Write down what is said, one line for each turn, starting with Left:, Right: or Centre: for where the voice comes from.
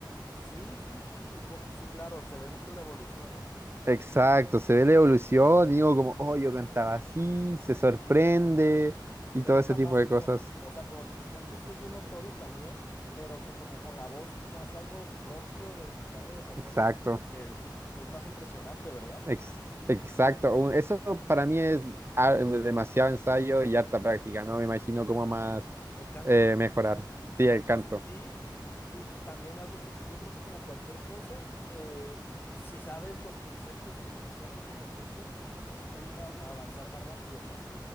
Left: Sí, sí, sí, co- sí, claro, se ve mucho la evolución, ¿no?
Right: Exacto, se ve la evolución y digo como, oh, yo cantaba así, se sorprende
Left: Ajá. Se
Right: y todo
Left: nota
Right: ese tipo
Left: más que
Right: de
Left: con
Right: cosas.
Left: los instrumentos, o sea, con los instrumentos sí es bien notorio también, pero que como con la voz, como es algo propio del que sale de nosotros,
Right: Exacto,
Left: como que es más impresionante, ¿verdad?
Right: ex- exacto. Un- Eso para mí es ah, demasiado ensayo y harta práctica, ¿no? Me imagino cómo más
Left: El canto,
Right: eh, mejorar. Sí, el canto.
Left: sí, y también hace, yo creo que como cualquier cosa, eh, si sabes los conceptos y ciertos ejercicios, sí te ayuda a avanzar más rápido, ¿no?